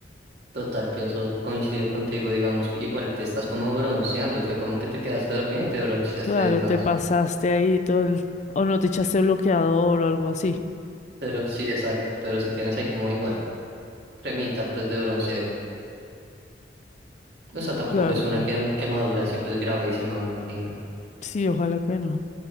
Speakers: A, on the right; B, on the left.
A: total, pienso, coincido contigo, digamos que igual te estás como bronceando, fue como que te quedaste dormida y te bronceaste
B: Claro,
A: de más.
B: te pasaste ahí todo el... O no te echaste bloqueador o algo así.
A: Pero sí, exacto, pero si tienes ahí como igual cremita pues de bronceo. O sea, tampoco
B: Claro,
A: es
B: claro.
A: una quem- quemadura así pues gravísima, me imagino.
B: Sí, ojalá que no.